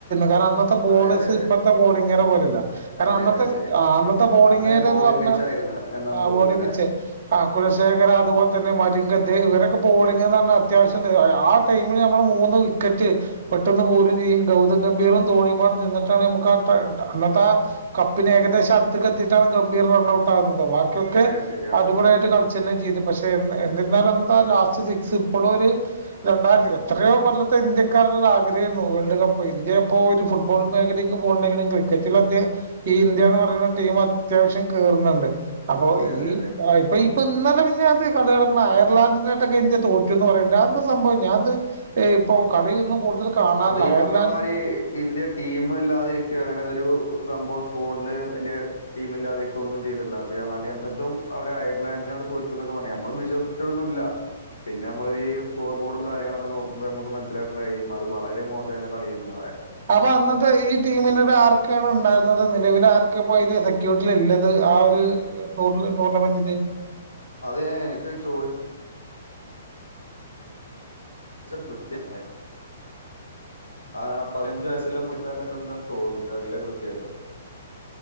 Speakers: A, on the right (about 55°); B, on the left (about 85°).
A: കാരണം- അന്നത്തെ ബോളേഴ്സ്
B: അതെ അതെ അതെ
A: ഇപ്പഴത്തെ ബോളിംഗാരെ പോലെല്ല കാരണം
B: അതെ
A: അന്നത്തെ
B: അതെ ശരിയാണ്
A: അന്നത്തെ ബോളിംഗാര്
B: അന്ന് ബോളിംഗ്
A: എന്ന് പറഞ്ഞാൽ-
B: പിച്ച് ആയിരുന്നു എന്നാണ്
A: ആ
B: തോന്നുന്നു
A: <unintelligible>
B: അല്ലേ
A: വിച്ചേ ആ കുലശേഖര അതുപോലെ തന്നെ മാ- <unintelligible> ഇവരൊക്കെ ബോളിങ് എന്ന് പറഞ്ഞാൽ അത്യാവശ്യംയുണ്ട് ആ- ടൈമിൽ നമ്മള് മൂന്ന് വിക്കറ്റ് പെട്ടെന്ന് പോലും ചെയ്യും ഗൗതം ഗംഭീറും ധോണിയും പോലെ നിന്നിട്ടാണ് നമുക്ക് ആ- അന്നത്തെ ആ കപ്പിന് ഏകദേശം അടുത്ത്ക്കെയെത്തിയിട്ടാണ് ഗംഭീർ റൺ ഔട്ട് ആകുന്നത് ബാക്കിയൊക്കെ
B: ശരിയാണ് ശരിയാണ്
A: അടിപൊളിയായിട്ട് കളിച്ചു തന്നെ ചെയ്തു പക്ഷെ- എന്നിരുന്നാലും അന്നത്തെ ആ ലാസ്റ്റ് സിക്സ് ഇപ്പോഴും ഒരു- രണ്ടായിരം എത്രയോ കൊല്ലത്തെ ഇന്ത്യക്കരുടെ ഒരു ആഗ്രഹയായിരുന്നു വേൾഡ് കപ്പ് ഇന്ത്യ ഇപ്പോ ഒരു ഫുട്ബോൾ മേഖലയ്ക്ക്- ഇപ്പൊ ഒണ്ടെങ്കിലും ക്രിക്കറ്റിലൊക്കെ അത് ഈ ഇന്ത്യയെന്ന് പറയുന്ന ടീം അത്യാവശ്യം കേയറുന്നുണ്ട് അപ്പൊ
B: അതെ
A: ഈ
B: അതെ അതെ
A: ആഹ് ഇപ്പൊ ഈ ഇപ്പൊ ഇന്നലെ മിനിഞ്ഞാൻത് കളിനടക്കണ അയർലാന്റിനായിട്ടൊക്കെ ഇന്ത്യ തോറ്റു എന്ന് പറയേണ്ട് അതെന്താ സംഭവം ഞാനത് ഇഹ് ഇപ്പോ കളിയൊന്നും കൂടുതൽ കാണാറില്ല
B: അത് ഈ
A: അയർലാൻഡ്
B: പറഞ്ഞ മാതിരി ഇന്ത്യ ടീമില്ലാതിരിക്ക അങ്ങനെ ഒരു സംമ്പോസ് <unintelligible> വലിയ ടീമില്ലാതിരിക്കൊന്നും ചെയ്തിട്ടില്ല പക്ഷെ എന്നാല് എന്നിട്ടും അവര് അയർലാൻഡിനോട് തോറ്റുന്നക്കെ പറഞ്ഞ നമ്മളും വിശ്വസിച്ചിട്ടൊന്നുവില്ല പിന്ന നമ്മളീ സ്കോർ ബോർഡും കാര്യങ്ങളൊക്കെ നോ ക്കുമ്പ നമുക്ക് മനസ്സിലാൻ കഴിയും അത് വളരെ മോശാന്ന കളി എന്ന് പറയാ
A: അപ്പ അന്നത്തെ ഈ ടീമിനട് ആരെക്കെയാണ് ഇണ്ടായിന്നത് നിലവിൽ ആരൊ ക്കെ അപ്പൊ അതില് സെക്യൂരിറ്റീലിള്ളത് ആ ഒരു ടൂർല് ടൂർണ്ണമെന്റില്.
B: അത് ഞാൻ എനക്ക് ചോദി ച്ച് <unintelligible> ആഹ് പതിനഞ്ചു വയസ്സുള്ള കൂട്ട്കാരനെ കണ്ട തോന്നും എനിക്കറിയ കൃത്യായിട്ട്